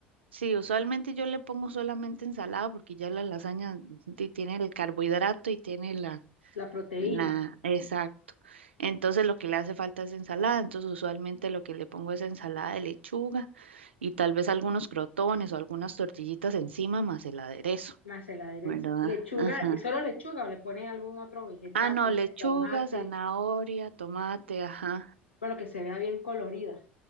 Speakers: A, on the right; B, on the left.
A: sí, usualmente yo le pongo solamente ensalada porque ya la lasaña ti- tiene el carbohidrato y tiene la,
B: La proteína,
A: la, exacto. Entonces lo que le hace falta es ensalada, entonces usualmente lo que le pongo es ensalada de lechuga y tal
B: ujú,
A: vez algunos crotones o algunas tortillitas encima más el aderezo,
B: más el aderezo.
A: ¿verdad?
B: Lechuga,
A: Ajá.
B: ¿y solo lechuga o le pone algún otro vegetal,
A: Ah, no,
B: un
A: lechuga,
B: tomate,
A: zanahoria, tomate, ajá.
B: bueno, que se vea bien colorida,